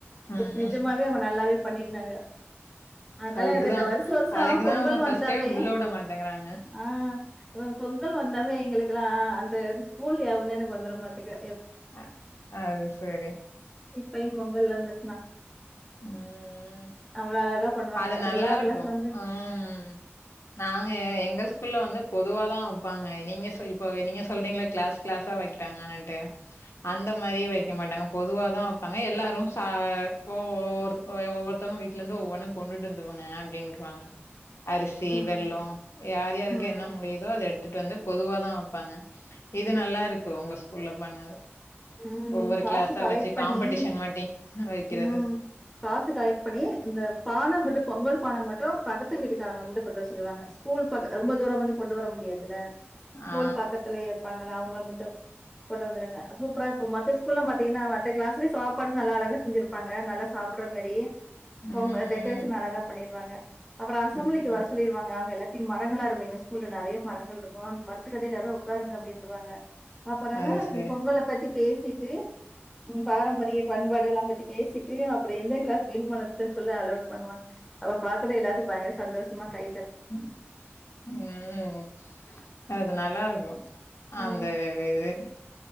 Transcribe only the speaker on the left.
ம்
அதுக்குதான்
அதுக்குதான்
அவங்க ஃபர்ஸ்ட்டே
உள்ள விட மாட்டேங்கிறாங்க
ஆ அது சரி
ம்
அது நல்லா
இருக்கு.
ம் நாங்க எங்க ஸ்கூல்ல வந்து பொதுவா தா வப்பாங்க. நீங்க ச இப்போ நீங்க சொல்றீங்கில்ல கிளாஸ் கிளாஸா வக்கிறாங்கன்னுட்டு அந்த மாரி வெக்க மாட்டாங்க. பொதுவா தா வப்பாங்க. எல்லாரு ச ஒ ஒரு ஒவ்வொருத்தவங்க வீட்ல இருந்து ஒவ்வொன்னு கொண்டுட்டு வந்துருவாங்க அப்டின்றுவாங்க. அரிசி,
வெல்லோ. யார் யாருக்கு
என்ன முடியிதோ அத எடுத்துட்டு வந்து பொதுவாதா வப்பாங்க. இது நல்லா இருக்கு உங்க ஸ்கூல்ல பண்ணது.
ஒவ்வொரு
கிளாஸா
வச்சு
காம்படிஷன் மாட்டி வைக்கிறது
ஆ
ம்
ம்
ம்
அது சரி
ம் உம் அது நல்லா இருக்கு.
அந்த இது